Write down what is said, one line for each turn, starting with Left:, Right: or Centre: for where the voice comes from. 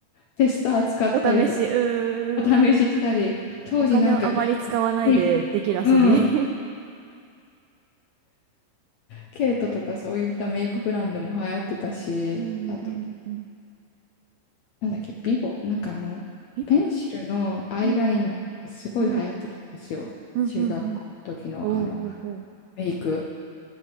Left: テスター使ったりとか、
Right: お試し、うーん。
Left: お試ししたり、当時なんかギャルメイクとか、
Right: お金をあまり使わないでできる遊び。
Left: うん、
Right: <laughs>
Left: ケイトとかそういったメイクブランドも流行ってたし、
Right: うんうんうん。
Left: あとなんだっけ、ビボ、なんかあの、
Right: リボ
Left: ペンシルのアイライナーがすごい流行ってたんですよ。
Right: うんうんうんうんうん
Left: 中学校の時のあの、
Right: おうおうおう。
Left: メイク。